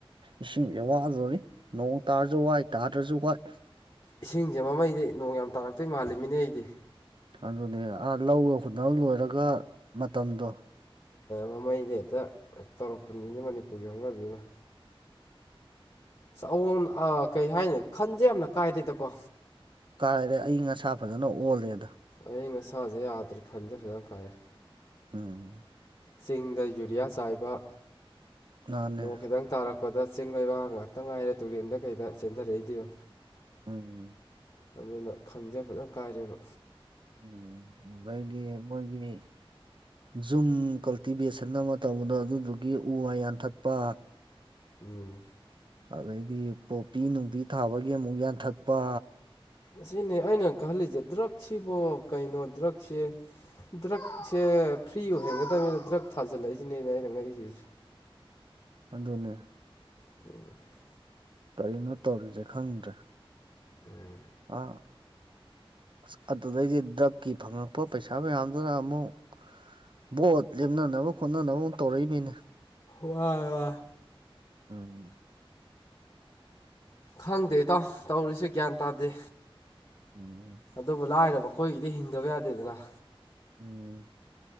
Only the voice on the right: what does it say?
ꯏꯁꯤꯡꯁꯦ ꯋꯥꯗꯕꯅꯤ ꯅꯣꯡ ꯇꯥꯔꯁꯨ ꯋꯥꯏ ꯇꯥꯗ꯭ꯔꯁꯨ ꯋꯥꯏ
ꯑꯗꯨꯅꯦ ꯑꯥ ꯂꯧꯒ ꯈꯨꯅ ꯂꯣꯏꯔꯒ ꯃꯇꯝꯗꯣ
ꯀꯥꯏꯔꯔꯦ ꯑꯩ ꯑꯁꯥ ꯐꯖꯅ ꯑꯣꯜꯂꯦ ꯑꯗ
ꯎꯝ
ꯃꯥꯅꯦ
ꯎꯝ
ꯎꯝ ꯑꯗꯩꯗꯤ ꯃꯣꯏꯒꯤ ꯖꯨꯝ ꯀꯜꯇꯤꯚꯦꯁꯟ ꯑꯃ ꯇꯧꯕꯗꯣ ꯑꯗꯨꯗꯨꯒꯤ ꯎ ꯋꯥ ꯌꯥꯟꯊꯠꯄ
ꯑꯗꯩꯗꯤ ꯄꯣꯄꯤ ꯅꯨꯡꯕꯤ ꯊꯥꯕꯒꯤ ꯑꯃꯨꯛ ꯌꯥꯟꯊꯠꯄ
ꯑꯗꯨꯅꯦ
ꯀꯔꯤꯅꯣ ꯇꯧꯔꯤꯁꯦ ꯈꯪꯗ꯭ꯔꯦ
ꯑꯥ ꯑꯁ ꯑꯗꯨꯗꯩꯗꯤ ꯗ꯭ꯔꯛꯀꯤ ꯐꯪꯉꯛꯄ ꯄꯩꯁꯥ ꯃꯌꯥꯝꯗꯨꯅ ꯑꯃꯨꯛ ꯕꯣꯠ ꯂꯦꯝꯅꯅꯕ ꯈꯣꯠꯅꯅꯕ ꯑꯃꯨꯛ ꯇꯧꯔꯛꯏꯅꯤꯅꯦ
ꯎꯝ
ꯎꯝ
ꯎꯝ